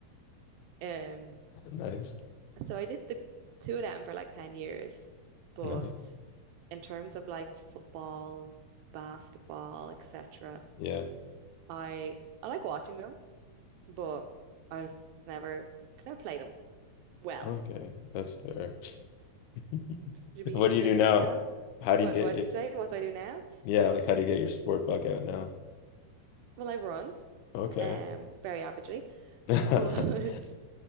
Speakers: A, on the right; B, on the left.
A: Um,
B: Nice.
A: so I did the two of them for like 10 years. But
B: Nice.
A: in terms of like football, basketball, etc.,
B: Yeah.
A: I I like watching them, but I was never could never play them well.
B: Okay. That's fair. <laughs>
A: Would be
B: What
A: if
B: do you
A: you're
B: do
A: from
B: now?
A: Canada,
B: How
A: what
B: do you get
A: what
B: your,
A: do you say? What do I do now?
B: yeah, like how do you get your sport bug out now?
A: Well, I run,
B: Okay.
A: um, very averagely,
B: <laughs>
A: but <laughs>